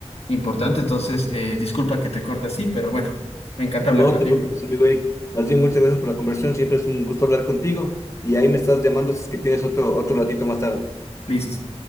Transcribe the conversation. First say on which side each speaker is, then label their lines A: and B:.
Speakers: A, on the left; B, on the left.
A: importante, entonces, eh, disculpa que te corte así, pero bueno, me encanta
B: No
A: hablar contigo.
B: te preocupes, amigo Eric. Más bien, muchas gracias por la conversación. Siempre es un gusto hablar contigo. Y ahí me estás llamando si es que tienes otro, otro ratito más tarde.
A: Listo.